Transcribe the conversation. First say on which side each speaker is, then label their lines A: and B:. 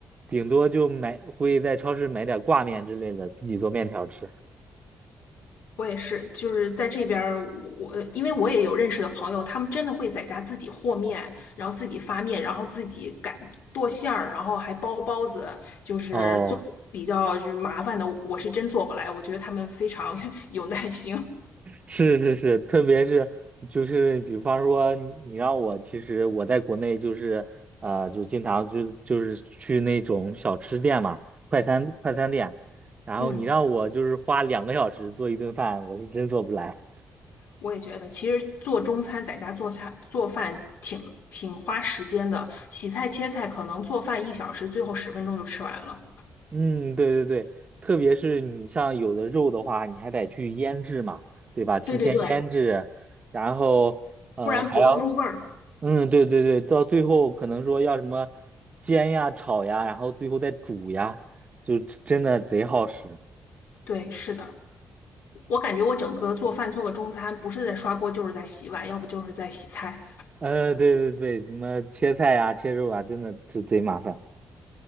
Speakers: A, on the right (about 35°); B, on the left (about 85°).
A: 顶多就买，会在超市买点挂面之类的，自己做面条吃。
B: 我也是，就是在这边儿，我我因为我也有认识的朋友，他们真的会在家自己和面，然后自己发面，然后自己擀剁馅儿，然后还包包子，就是做比较就是麻烦的，
A: 哦。
B: 我是真做不来，我觉得他们非常 <laughs> 有耐心。
A: 是是是，特别是就是比方说你你让我，其实我在国内就是啊、呃就经常就就是去那种小吃店嘛，快餐快餐店，然后你让我就是花两个小时做一顿饭，
B: 嗯。
A: 我是真做不来。
B: 我也觉得，其实做中餐在家做菜做饭挺挺花时间的，洗菜切菜可能做饭一小时，最后十分钟就吃完了。
A: 嗯，对对对，特别是你像有的肉的话，你还得去腌制嘛，对吧？提前腌制，
B: 对对对，
A: 然后嗯、
B: 不然不够入味儿。
A: 呃还要。嗯，对对对，到最后可能说要什么煎呀、炒呀，然后最后再煮呀，就真的贼耗时。
B: 对，是的，我感觉我整个做饭做个中餐，不是在刷锅就是在洗碗，要不就是在洗菜。
A: 呃，对对对，什么切菜呀、切肉啊，真的就贼麻烦。